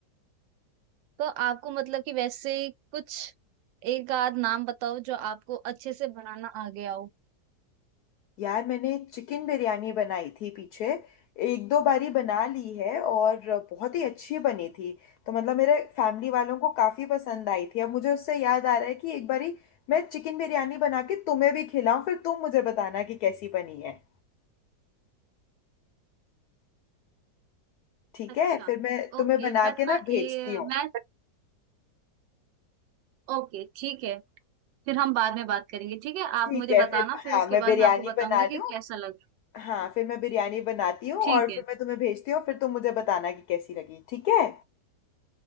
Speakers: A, on the right; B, on the left.
A: तो आपको मतलब कि वैसे ही कुछ एक आध नाम बताओ जो आपको अच्छे से बनाना आ गया हो
B: यार मैंने चिकन बिरयानी बनाई थी पीछे एक दो बारी बना ली है और बहुत ही अच्छी बनी थी तो मतलब मेरे फैमिली वालों को काफी पसंद आई थी अब मुझे उससे याद आ रहा है कि एक बारी मैं चिकन बिरयानी बना के तुम्हें भी खिलाऊं फिर तुम मुझे बताना कि कैसी बनी है ठीक
A: अच्छा
B: है फिर मैं तुम्हें
A: ओके
B: बना
A: बट
B: के
A: ना
B: ना
A: ए,
B: भेजती हूँ
A: मैं ओके ठीक है फिर हम बाद में बात करेंगे ठीक है
B: ठीक
A: आप मुझे
B: है
A: बताना
B: फिर
A: फिर
B: हाँ
A: उसके
B: मैं
A: बाद
B: बिरयानी
A: मैं आपको बताऊंगी
B: बना
A: कि
B: लूँ
A: कैसा लगा
B: हाँ फिर मैं बिरयानी बनाती हूँ
A: ठीक
B: और
A: है
B: फिर मैं तुम्हें भेजती हूँ फिर तुम मुझे बताना कि कैसी लगी ठीक है